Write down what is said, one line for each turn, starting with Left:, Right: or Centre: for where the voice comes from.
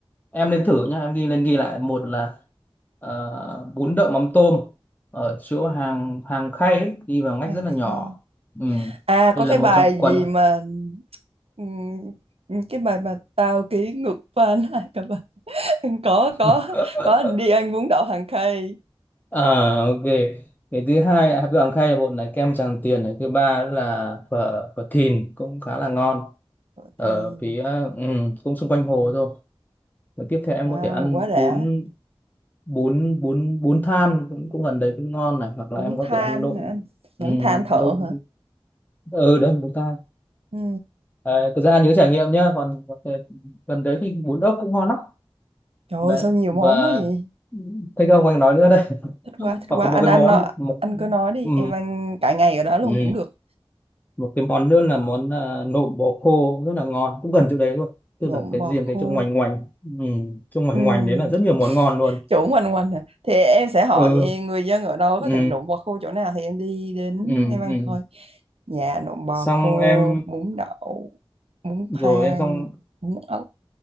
Left: em nên thử nhá em ghi lên ghi lại một là ờ, bún đậu mắm tôm ở chỗ hàng hàng khay ấy, đi vào ngách
Right: hàng
Left: rất là nhỏ
Right: khay.
Left: ừ.
Right: À
Left: đây
Right: có
Left: là
Right: cái
Left: một
Right: bài
Left: trong quần
Right: gì mà ừm, cái bài mà tao ký ngược pha lại cả bài. <laughs> có có
Left: <laughs>
Right: có đi ăn bún đậu hàng khay
Left: À ok. Cái thứ hai hạt gạo khay là bột này kem Tràng Tiền này. Thứ ba là phở phở Thìn cũng khá là ngon
Right: Thọ
Left: ở
Right: Thiên
Left: phía ừ, cũng xung quanh hồ
Right: wow.
Left: thôi. Rồi tiếp theo em
Right: wow
Left: có thể ăn
Right: quá đã
Left: bún bún bún bún than cũng cũng gần đấy cũng ngon này hoặc là
Right: bún
Left: em có
Right: than
Left: thể ăn nộm
Right: hả anh bún
Left: ừ,
Right: than thợ
Left: nộm
Right: hả
Left: ừ đấy bún than.
Right: ừ
Left: À, thực ra nhớ trải nghiệm nhá còn có thể- gần đấy thì bún ốc cũng ngon lắm
Right: trời ơi
Left: đấy
Right: sao nhiều
Left: và
Right: món quá vậy
Left: thấy không anh nói nữa đấy <laughs>
Right: thích quá thích
Left: hoặc
Right: quá
Left: có
Right: anh
Left: một cái
Right: anh
Left: món
Right: nó
Left: một
Right: anh cứ nói đi
Left: ừ.
Right: em ăn cả ngày ở đó luôn
Left: Ừ.
Right: cũng được
Left: một cái món nữa là món à, nộm bò khô rất là ngon cũng gần chỗ đấy luôn tức
Right: nộm
Left: là cái
Right: bò
Left: riêng
Right: khô
Left: cái chỗ ngoành ngoành ừ, chỗ ngoành
Right: ừ
Left: ngoành đấy là rất nhiều món ngon luôn
Right: chỗ quanh quanh hả thì em sẽ hỏi
Left: ừ
Right: người dân ở đâu
Left: ừ
Right: có thể nộm bò khô chỗ nào thì em đi đến
Left: ừ
Right: em ăn
Left: ừ
Right: thôi Dạ nộm bò
Left: xong
Right: khô,
Left: em
Right: bún đậu, bún
Left: rồi
Right: thang,
Left: em xong
Right: bún ốc,